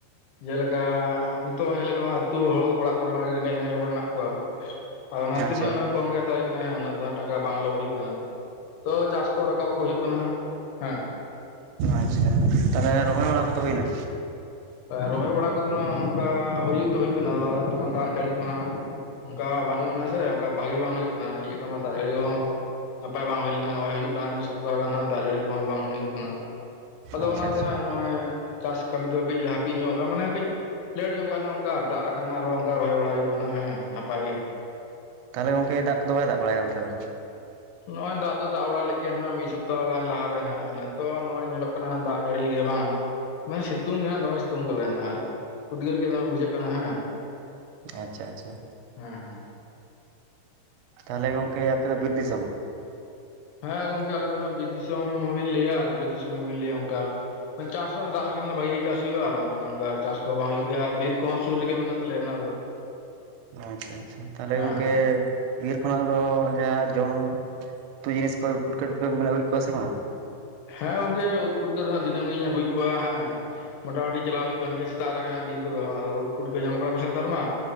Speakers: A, on the left; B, on the right.
A: ᱡᱮᱞᱮᱠᱟ ᱱᱤᱛᱚᱜ ᱧᱮᱞᱮᱜ ᱠᱚᱭᱟ ᱟᱹᱛᱩ ᱦᱚᱲ ᱚᱲᱟᱜ ᱠᱚᱨᱮ ᱦᱚᱸ ᱟᱹᱰᱤ ᱨᱮᱸᱜᱮᱡ ᱨᱮᱸᱜᱮᱡ ᱦᱚᱲ ᱦᱮᱱᱟᱜ ᱠᱚᱣᱟ ᱟᱫᱚ ᱚᱱᱟ
B: ᱟᱪᱪᱷᱟ
A: ᱛᱤᱨᱱᱟᱹᱜ ᱱᱟᱜ ᱠᱚᱢ ᱜᱮ ᱛᱟᱣ ᱦᱩᱭᱩᱜ ᱠᱟᱱᱟ ᱦᱮᱸ ᱩᱱᱟᱹᱜ ᱫᱚ ᱴᱟᱠᱟ ᱵᱟᱝ ᱞᱚᱵ ᱦᱩᱭᱩᱜ ᱠᱟᱱᱟ ᱛᱚ ᱪᱟᱥ ᱠᱚ ᱨᱟᱠᱟᱵᱟᱠᱚ ᱦᱩᱭᱩᱜ ᱠᱟᱱᱟ ᱦᱮᱸ
B: ᱟᱪᱪᱷᱟ ᱛᱟᱦᱞᱮ ᱨᱚᱦᱚᱭ ᱵᱟᱲᱟ ᱠᱚᱫᱚ ᱦᱩᱭ ᱱᱟ?
A: ᱨᱚᱦᱚᱭ ᱵᱟᱲᱟ ᱠᱚᱫᱚ ᱱᱟᱸᱜ ᱚᱱᱠᱟ ᱦᱩᱭᱩᱜ ᱫᱚ ᱦᱩᱭᱩᱜ ᱠᱟᱱᱟ ᱟᱫᱚ ᱟᱞᱮ ᱚᱱᱛᱮ ᱢᱟ ᱫᱟᱜ ᱡᱟᱹᱲᱤ ᱠᱚ ᱦᱟᱸᱜ ᱚᱝᱠᱟ ᱵᱟᱹᱱᱩᱜ ᱟᱱᱟ ᱥᱮ ᱚᱝᱠᱟ ᱵᱷᱟᱜᱤ ᱵᱟᱝ ᱦᱩᱭᱩᱜ ᱠᱟᱱᱟ ᱱᱤᱭᱟᱹ ᱡᱚᱠᱷᱚᱡ ᱢᱟ ᱫᱟᱜ ᱡᱟᱹᱲᱤ ᱦᱚᱸ ᱱᱟᱯᱟᱭ ᱵᱟᱝ ᱦᱩᱭ ᱞᱮᱱᱟ ᱱᱚᱜᱼᱚᱭ ᱦᱩᱭᱩᱜ ᱠᱟᱱᱟ ᱢᱤᱫ ᱥᱚᱯᱛᱟᱦᱚ ᱜᱟᱱ ᱦᱟᱸᱜ ᱫᱟᱜ ᱡᱟᱹᱲᱤ ᱠᱚᱦᱚᱸ ᱵᱟᱝ ᱦᱩᱭᱩᱜ ᱠᱟᱱᱟ᱾ ᱟᱫᱚ
B: ᱟᱪᱪᱷᱟ
A: ᱚᱱᱟᱛᱮ
B: ᱟᱪᱪᱷᱟ
A: ᱦᱟᱸᱜ ᱱᱚᱜᱼᱚᱭ ᱪᱟᱥ ᱠᱟᱹᱢᱤ ᱫᱚ ᱠᱟᱹᱡ ᱞᱮ ᱦᱟᱹᱯᱤᱡ ᱧᱚᱜ ᱠᱟᱜᱼᱟ ᱢᱟᱱᱮ ᱠᱟᱹᱡ ᱞᱮᱴ ᱧᱚᱜᱚᱜᱼᱟ ᱱᱟ ᱚᱝᱠᱟ ᱫᱟᱜ ᱞᱮᱠᱷᱟᱱ ᱟᱨᱦᱚᱸ ᱚᱝᱠᱟ ᱨᱚᱦᱚᱭ ᱵᱟᱲᱟᱭ ᱦᱩᱭᱩᱜᱼᱟ ᱱᱟᱜ ᱦᱮᱸ ᱱᱟᱯᱟᱭ ᱜᱮ᱾
B: ᱛᱟᱦᱚᱞᱮ ᱜᱚᱝᱠᱮ ᱫᱟᱜ ᱠᱚᱫᱚ ᱵᱟᱭ ᱫᱟᱜ ᱵᱟᱲᱟᱭᱫᱟ ᱚᱱᱛᱮ ᱫᱚ᱾
A: ᱱᱚᱜᱼᱚᱭ ᱫᱟᱜ ᱫᱚ ᱫᱟᱜ ᱵᱟᱲᱟ ᱞᱮᱜ ᱜᱮᱭᱟ᱾ ᱱᱟᱜ ᱢᱤᱜ ᱥᱚᱯᱛᱟᱦᱚ ᱜᱟᱱ ᱞᱟᱦᱟᱨᱮ ᱦᱟᱸᱜ ᱱᱤᱛᱚᱜ ᱱᱚᱜᱼᱚᱭ ᱧᱮᱞᱚᱜ ᱠᱟᱱᱟ ᱫᱟᱜ ᱡᱟᱹᱲᱤ ᱜᱮ ᱵᱟᱝ᱾ ᱢᱟᱱᱮ ᱥᱤᱛᱩᱝ ᱜᱮ ᱦᱟᱜ ᱫᱚᱢᱮ ᱥᱤᱛᱩᱝ ᱠᱟᱫᱟᱭ ᱱᱟᱜ ᱟᱨ ᱩᱫᱽᱜᱟᱹᱨ ᱜᱮ ᱫᱚᱢᱮ ᱵᱩᱡᱷᱟᱹᱜ ᱠᱟᱱᱟ ᱦᱮᱸ᱾
B: ᱟᱪᱪᱷᱟ ᱟᱪᱪᱷᱟ
A: ᱦᱩᱸ ᱦᱩᱸ
B: ᱛᱟᱦᱚᱞᱮ ᱜᱚᱝᱠᱮ ᱟᱯᱮ ᱫᱚ ᱵᱤᱨ ᱫᱤᱥᱚᱢ?
A: ᱦᱮᱸ ᱜᱚᱝᱠᱮ ᱟᱞᱮ ᱫᱚ ᱱᱟᱜ ᱵᱤᱨ ᱫᱤᱥᱚᱢ ᱵᱤᱱ ᱞᱮᱭᱟ ᱾ ᱵᱤᱞᱟᱹᱛ ᱫᱤᱥᱚᱢ ᱦᱚᱵᱤᱱ ᱞᱟᱹᱭᱟ᱾ ᱚᱝᱠᱟ ᱪᱟᱥ ᱦᱚᱜᱼᱚᱭ ᱪᱟᱥ ᱦᱚᱸ ᱫᱟᱜ ᱞᱮᱠᱷᱟᱱ ᱵᱷᱟᱜᱮ ᱜᱮ ᱪᱟᱥ ᱦᱩᱭᱩᱜᱼᱟ᱾ ᱟᱨᱚ ᱦᱟᱸᱜ ᱠᱷᱟᱱ ᱚᱝᱠᱟ ᱪᱟᱥ ᱠᱚᱦᱚᱸ ᱵᱟᱝ ᱦᱩᱭᱩᱜ ᱜᱮᱭᱟ ᱟᱨ ᱵᱤᱨ ᱠᱚᱦᱚᱸ ᱥᱩᱨ ᱨᱮᱜᱮ ᱢᱮᱱᱟᱜ ᱛᱟᱞᱮᱭᱟ ᱢᱮᱱᱟᱜ ᱫᱚ᱾
B: ᱟᱪᱪᱷᱟ ᱟᱪᱪᱷᱟ ᱛᱟᱦᱚᱞᱮ
A: ᱦᱮᱸ
B: ᱜᱚᱝᱠᱮ
A: ᱦᱮᱸ
B: ᱵᱤᱨ ᱠᱷᱚᱱᱟᱜ ᱫᱚ ᱡᱟᱦᱟᱸ ᱡᱚᱢ ᱩᱛᱩ ᱡᱤᱱᱤᱥ ᱠᱚ ᱯᱩᱴᱠᱟᱹ ᱴᱩᱴᱠᱟᱹ ᱠᱚᱵᱮᱱ ᱟᱹᱜᱩᱭᱮᱜ ᱠᱚᱣᱟ ᱥᱮ ᱵᱟᱝ-ᱟ?
A: ᱦᱮᱸ ᱜᱚᱝᱠᱮ ᱩᱫ ᱯᱩᱴᱠᱟᱹ ᱫᱚ ᱦᱟᱸᱜ ᱫᱤᱱᱟᱹᱢ ᱜᱤᱧ ᱟᱹᱜᱩᱭᱮᱜ ᱠᱚᱣᱟ ᱦᱮᱸ ᱢᱚᱴᱟᱢᱩᱴᱤ ᱪᱟᱞᱟᱣ ᱦᱩᱭᱩᱜ ᱠᱟᱱ ᱜᱮᱭᱟ ᱥᱮᱼᱼ ᱥᱮᱛᱟᱜ ᱨᱮᱜᱮ ᱦᱟᱸᱜ ᱵᱤᱨ ᱠᱚᱫᱚ ᱟᱫᱚ ᱩᱫ ᱯᱩᱴᱠᱟᱹ ᱧᱟᱢᱚᱜ ᱠᱟᱱᱟ ᱠᱚ ᱥᱮ ᱱᱮᱛᱟᱨ ᱢᱟ